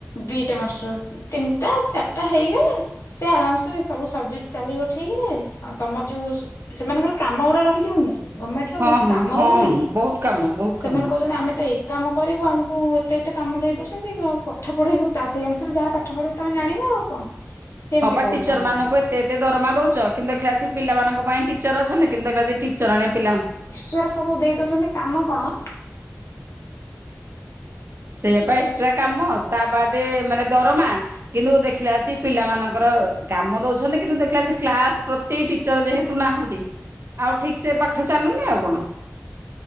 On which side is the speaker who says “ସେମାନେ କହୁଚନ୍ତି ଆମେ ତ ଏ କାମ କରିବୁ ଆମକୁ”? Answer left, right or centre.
Left